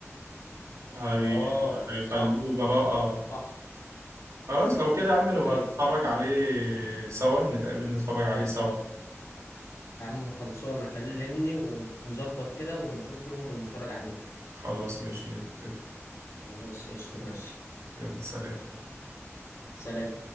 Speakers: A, on the right; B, on the left.
A: هي...
B: اه
A: هيخلوه
B: صح
A: براءة
B: صح
A: خلاص لو كده يا عم نبقى
B: ايوه
A: نتفرج عليه سوا نتقابل نتفرج عليه سوا
B: يا عم خلصانه كلمني ونظبط كده ونشوف يوم ونتفرج عليه
A: خلاص ماشي نتفق
B: خلاص قشطه ماشي
A: يلا سلام
B: سلام